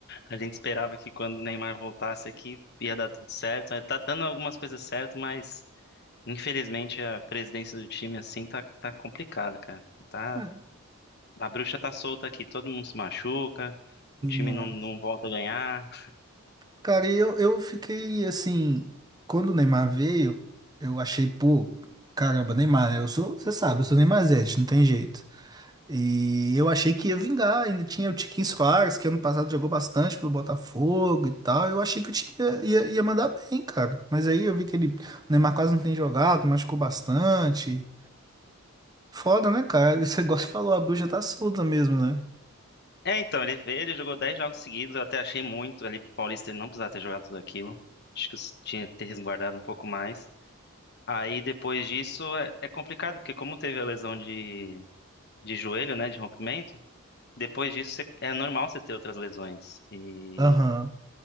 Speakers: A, on the left (about 50°); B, on the right (about 20°).
A: A gente esperava que quando o Neymar voltasse aqui ia dar tudo certo. né? Tá dando algumas coisas certo, mas infelizmente a presidência do time, assim, tá, tá complicado, cara. Tá...
B: Ué.
A: A bruxa tá solta aqui, todo mundo se machuca, o time
B: Nossa.
A: não, não volta a ganhar.
B: Cara, e eu, eu fiquei assim. Quando o Neymar veio, eu achei, pô, caramba, Neymar, né? Eu sou, você sabe, eu sou Neymarzete, não tem jeito. E eu achei que ia vingar. Ainda tinha o Tiquinho Soares, que ano passado jogou bastante pelo Botafogo e tal. Eu achei que o time ia, ia, ia mandar bem, cara. Mas aí eu vi que ele, o Neymar quase não tem jogado, machucou bastante. Foda, né, cara? <laughs> Você gosta de falar, a bruxa tá solta mesmo, né?
A: É, então, ele veio, ele jogou 10 jogos seguidos, eu até achei muito ali pro Paulista ele não precisava ter jogado tudo aquilo. Acho que s- tinha que ter resguardado um pouco mais. Aí depois disso é, é complicado, porque como teve a lesão de, de joelho, né, de rompimento, depois disso você- é normal você ter outras lesões. E
B: Aham.